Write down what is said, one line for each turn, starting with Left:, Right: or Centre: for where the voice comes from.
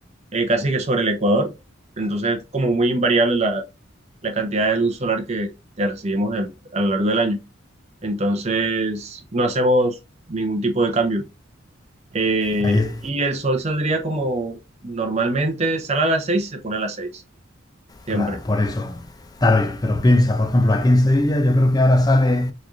Right: eh, casi que sobre el Ecuador, entonces es como muy invariable la, la cantidad de luz solar que, que recibimos en- a lo largo del año. Entonces, no hacemos ningún tipo de cambio. Eh,
Left: allí
Right: y el sol saldría como normalmente, sale a las seis y se pone a las seis, siempre.
Left: Claro, por eso. Taroy, pero piensa, por ejemplo, aquí en Sevilla yo creo que ahora sale